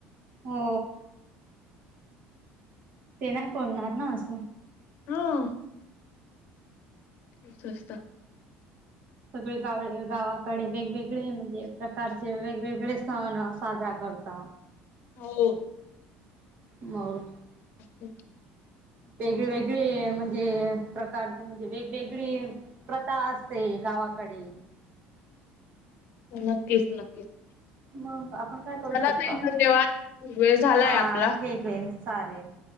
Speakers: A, on the right (about 35°); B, on the left (about 50°).
A: हो ते नाही बोलणार ना असं
B: हम्म रिकाम
A: सगळे गाव गावाकडे वेगवेगळे म्हणजे प्रकारचे वेगवेगळे सण साजरा करत करता
B: हो
A: मर
B: ह
A: वेगळी वेगळी म्हणजे प्रकारचे म्हणजे वेगवेगळी प्रथा असते गावाात कडे
B: नक्कीच नक्कीच.
A: मग आपण काय करू
B: चला
A: शकतो
B: ताई
A: आता.
B: धन्यवाद वेळ झालाय
A: हा
B: आपला
A: <unintelligible> चालेल,